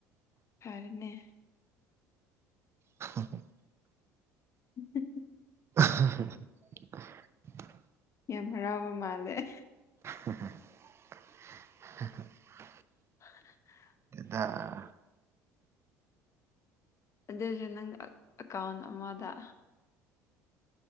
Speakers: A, on the left (about 35°); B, on the right (about 30°).
A: ꯐꯔꯅꯦ
B: ꯍ ꯍꯣꯏ <inaudible>
A: ꯎꯝ <inaudible>
B: <inaudible>
A: ꯌꯥꯝ ꯍꯔꯥꯎꯕ ꯃꯥꯜꯂꯦ
B: <inaudible>
A: ꯑꯗꯨ <inaudible>
B: ꯑꯥ
A: ꯑꯗꯨꯁꯨ ꯅꯪ ꯑꯦꯀꯥꯎꯟ ꯑꯃꯗ